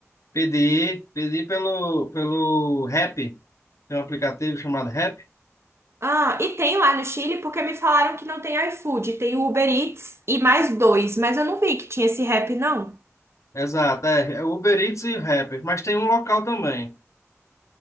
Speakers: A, on the left; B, on the right.
A: Pedi, pedi pelo, pelo Rappi. Tem um aplicativo chamado Rappi.
B: Ah, e tem lá no Chile, porque me falaram que não tem iFood, tem Uber Eats e mais dois, mas eu não vi que tinha esse rap, não.
A: Exato, é, é Uber Eats e Rappi. Mas tem um local também.